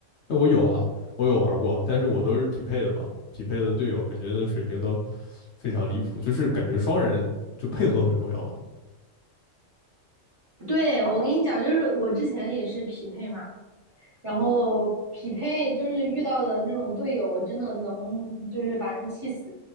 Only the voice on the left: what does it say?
哎我有啊，我有玩过，但是我都是匹配的嘛，匹配的队友感觉的水平都非常离谱，就是感觉双人就配合很重要嘛。